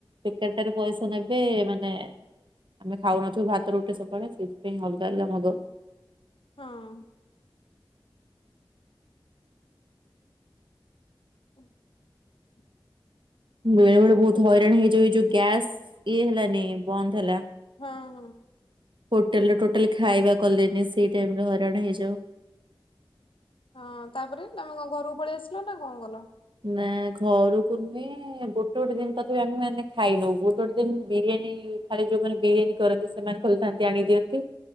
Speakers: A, on the right (about 65°); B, on the left (about 75°).
A: ବେକାର୍ ଟାରେ ପଇସା ନେବେ ମାନେ। ଆମେ ଖାଉନଥିଲୁ ଭାତ ରୁଟି ସବୁବେଳେ ସେଥିପାଇଁ ଅଲଗା ଅଲଗା ମଗଉ
B: ହଁ, <unintelligible>
A: ବେଳେ ବେଳେ ବହୁତ ହଇରାଣ ହେଇଯାଉ ଏ ଯୋଉ ଗ୍ୟାସ ଇଏ ହେଲାନି ବନ୍ଦ ହେଲା।
B: ହଁ
A: ହୋଟେଲ୍ ରେ ଟୋଟାଲି ଖାଇବା କଲେନି ସେଇ ଟାଇମ୍ ରେ ହଇରାଣ ହେଇ ଯାଉ।
B: ହଁ ତାପରେ ତମେ କଣ ଘରକୁ ପଳେଇ ଆସିଲ ନା କଣ କଲ?
A: ନା ଘରକୁ ନୁହେଁ ଗୋଟେ ଗୋଟେ ଦିନ ତକ୍ ବି ଆମେ ମାନେ ଖାଇନୁ ଗୋଟେ ଗୋଟେ ଦିନ୍ ବିରିୟାନୀ ଖାଲି ଯୋଉମାନେ ବିରିୟାନୀ କରନ୍ତି ସେମାନେ ଖୋଲିଥାନ୍ତି ଆଣିକି ଦିଅନ୍ତି